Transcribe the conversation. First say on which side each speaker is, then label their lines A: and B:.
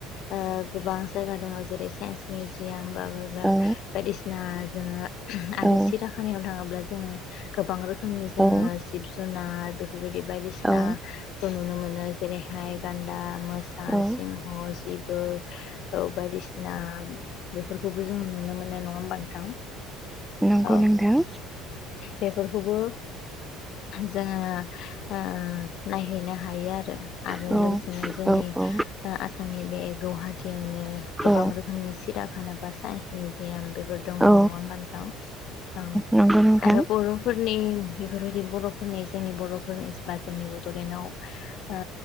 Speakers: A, on the left (about 60°); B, in the centre.
A: ओ गोबां जायगा दङ जेरै साइन्स मिउजियाम। बा बबेबा
B: औ
A: बायदिसिना जोङो आरो
B: औ
A: सिराखानायाव थाङोब्ला जोङो गोबां रोखोमनि जोङो
B: औ
A: जिब जुना र बे फोरबायदि बायदिसिनाखौ
B: औ
A: नुनो मोनो जेरैहाय गान्दा मोसा
B: औ
A: सिंह जिब बो औ बायदिसिना बेफोरखौबो जोङो नुनो मो नो नङा होमबा नोंथां?
B: नंगौ
A: औ
B: नोंथां।
A: बेफोरखौबो जोङो ओ नायहैनो हायो आरो आरो
B: औ
A: लोगोसेनो जोंनि
B: औ औ
A: ओ आसामनि बे गुवाहाटीयावनो गोबां
B: औ
A: रोखोमनि सिरियाखाना बा साइन्स मिउजियाम बेफोर दङ नङा
B: औ
A: होमबा नोंथां? औ।
B: नंगौ नोंथां
A: आरो बर'फोरनि बेफोरबायदि बर'फोरनि जोंनि बर'फोरनि बा जोंनि बड'लेण्डआव ओ